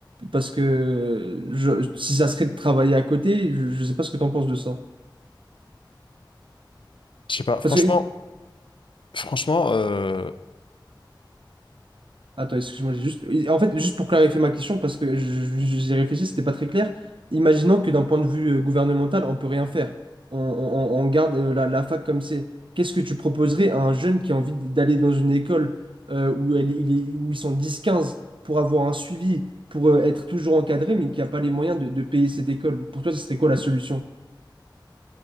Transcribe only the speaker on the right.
Parce que euh, je- si ça serait de travailler à côté, je ne sais pas ce que tu en penses de ça.
Parce que
Attends, excuse-moi, j'ai juste. oui, En fait, juste pour clarifier ma question, parce que je- je- j'y réfléchi, c'était pas très clair. Imaginons que d'un point de vue euh, gouvernemental, on peut rien faire. On, on- on garde euh, la, la fac comme c'est. Qu'est-ce que tu proposerais à un jeune qui a envie d'aller dans une école euh, où, elle, il est- où ils sont dix quinze pour avoir un suivi, pour euh, être toujours encadré, mais qui n'a pas les moyens de, de payer cette école? Pour toi, ce serait quoi la solution?